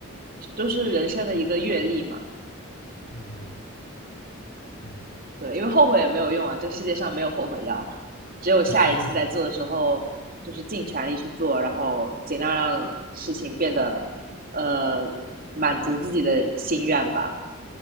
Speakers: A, on the right; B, on the left.
A: 都是人生的一个阅历嘛。
B: 嗯哼嗯。
A: 对，因为后悔也没有用啊，这个世界上没有后悔药，只有下一次在做的时候，
B: <laughs>
A: 就是尽全力去做，然后尽量让事情变得呃满足自己的心愿吧。